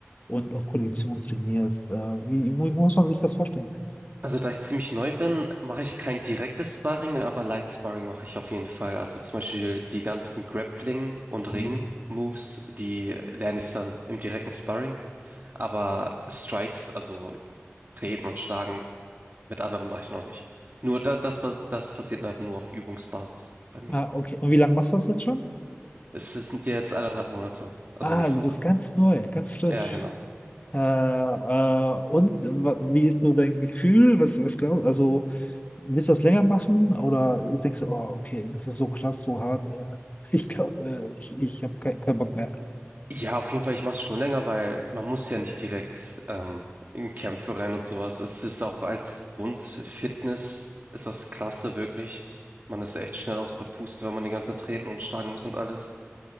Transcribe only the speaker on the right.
Also da ich ziemlich neu bin, mache ich kein direktes Sparring, aber Light Sparring mache ich auf jeden Fall. Also zum Beispiel die ganzen Grappling- und
Ring-Moves, die lerne ich dann im direkten Sparring. Aber Strikes, also Treten und Schlagen, Mit anderen mache ich noch nicht. Nur da, das, pas- das passiert halt nur auf Übungsbasis bei mir.
Es sind ja jetzt eineinhalb Monate, also
nicht
so
lang.
Ja, genau.
Ja, auf jeden Fall, ich mache es schon länger, weil man muss ja nicht direkt ähm, in Kämpfe rein und sowas. Es ist auch als Grundfitness, ist das klasse wirklich. Man ist echt schnell aus der Puste, wenn man die ganze Zeit treten und schlagen muss und alles.